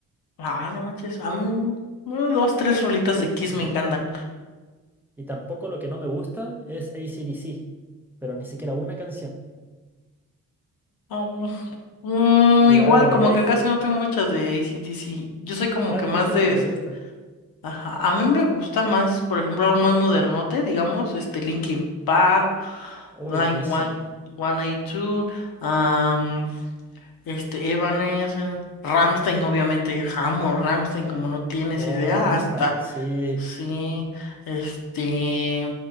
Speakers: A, on the left; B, in the centre.
A: Ah, no manches. A mí, bueno, dos, tres rolitas de Kiss
B: Y,
A: me encantan.
B: y tampoco lo que no me gusta es AC/DC, pero ni siquiera una canción.
A: Ah, mm,
B: Claro,
A: igual, como
B: y hay,
A: que casi no tengo muchas de AC/DC. Yo soy como
B: claro,
A: que más
B: y hay gente
A: de
B: que le gusta.
A: Ajá. A mí me gusta más, por ejemplo, algo más modernote, digamos, este Linkin Park,
B: Uy,
A: Blind
B: buenísimo.
A: One, 182, am, este Evanescence, Ramstein, obviamente, amo Ramstein, como no tienes
B: Oh,
A: idea,
B: Rammstein,
A: hasta
B: sí.
A: Sí, este,